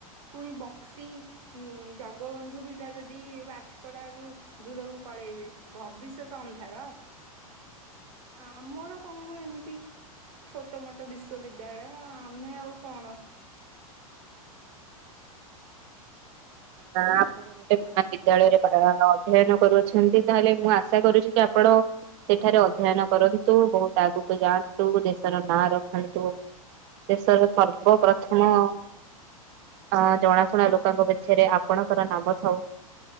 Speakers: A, on the right (about 65°); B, on the right (about 50°).
A: ପୁଣି ଇଁ ବକ୍ସି ଜଗବନ୍ଧୁ ପିଲା ଯଦି ପାଠ ପଢାରୁ ଦୂରକୁ ପଳେଇବେ ଭବିଷ୍ୟତ ଅନ୍ଧାର। ଆମର କଣ ଏମିତି ଛୋଟ ମୋଟ ବିଶ୍ଵବିଦ୍ୟାଳୟ ଆମେ ଆଉ କଣ
B: ନା ଆପଣ ଗୋଟେ ମହାବିଦ୍ୟାଳୟରେ ପ ଅଧ୍ୟୟନ କରୁଛନ୍ତି ତାହେଲେ ମୁଁ ଆଶା କରୁଛି କି ଆପଣ ତ ସେଠାରେ ଅଧ୍ୟୟନ କରନ୍ତୁ ବହୁତ ଆଗକୁ ଯାଆନ୍ତୁ ଦେଶର ନାଁ ରଖ <unintelligible> ଦେଶର ସର୍ବପ୍ରଥମ ଅ ଜଣାଶୁଣା ଲୋକଙ୍କ ପଛରେ ଆପଣଙ୍କର ନାମ? ଥାଉ।